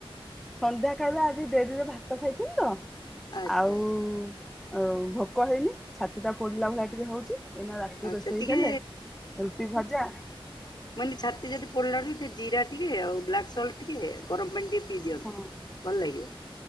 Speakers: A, in the centre; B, on the left (about 50°).
A: ସନ୍ଧ୍ୟା ଖାଇବା ଆଜି ଡେରିରେ ଭାତ ଖାଇଥିଲି ତ
B: ଆଚ୍ଛା
A: ଆଉ
B: ଆଚ୍ଛା।
A: ଆଉ ଭୋକ ହେଇନି। ଛାତି ଟା ପୋଡିଲା ଭଳିଆ ଟିକେ ହଉଛି ଏଇନା ରାତି
B: ଆଚ୍ଛା
A: ରୋଷେଇ
B: ଟିକେ
A: ହେଲେ ରୁଟି ଭଜା।
B: ମାନେ ଛାତି ଯଦି ପୋଡିଲାଣି ଟିକଏ ଜିରା ଟିକେ ଆଉ ବ୍ଲାକ୍ ସଲ୍ ଟିକେ ଗରମ ପାଣି ଟିକେ ପିଇ ଦିଅନ୍ତୁ।
A: ହଁ
B: ଭଲ ଲାଗିବ।